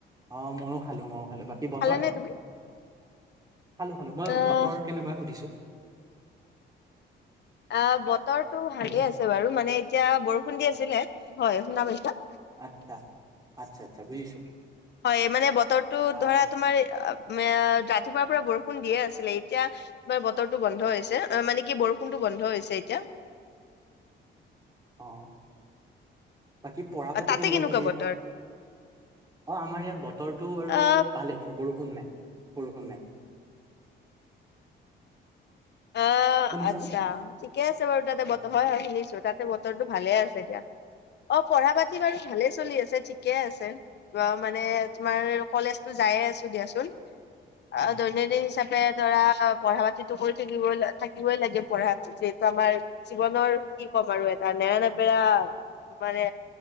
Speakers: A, on the right; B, on the left.
A: অ', ময়ো খালো, ময়ো খালো, বাকী বতৰ?
B: খালানে তুমি?
A: খালো খালো, মই
B: আহ
A: বতৰ কেনেকুৱা সুধিছো।
B: অ ', বতৰটো ভালে
A: হেল্ল'
B: আছে বাৰু, মানে এতিয়া বৰষুণ দি আছিলে, হয়, শুনা পাইছা?
A: আচ্ছা। আচ্ছা আচ্ছা বুজিছো
B: হয় মানে বতৰটো
A: অ',
B: ধৰা তোমাৰ এ ৰাতিপুৱাৰ পৰা বৰষুণ দিয়ে আছিলে, এতিয়া তোমাৰ বতৰটো বন্ধ হৈছে, অ', মানে কি বৰষুণ টো বন্ধ হৈছে এতিয়া।
A: অ', বাকী পঢ়া পাতি
B: তাতে
A: কেনেকুৱা চলি
B: বতৰ?
A: আছে? অ', আমাৰ ইয়াত বতৰটো বাৰু
B: আহ
A: ভালেই বাৰু, বৰষুণ নাই। বৰষুণ নাই।
B: অ',
A: শুনিছানে
B: আচ্ছা, ঠিকে আছে বাৰু, তাতে ব
A: অ',
B: হয় হয়, শুনিছো তাত টো ভালে আছে দিয়া, অ', পঢ়া পাতি বাৰু ভালে চলি আছে। ঠিকে আছে, মানে তোমাৰ কলেজতো যায়ে আছো দিয়াচোন। অ',
A: হয়
B: দৈনন্দিন হিচাপে ধৰা পঢ়া পাতিতো কৰি থাকিব থাকিবই লাগে পঢ়াতো, যিহেতু আমাৰ জীৱনৰ কি ক'ম আৰু এটা নেৰা নেপেৰা বেৰা মানে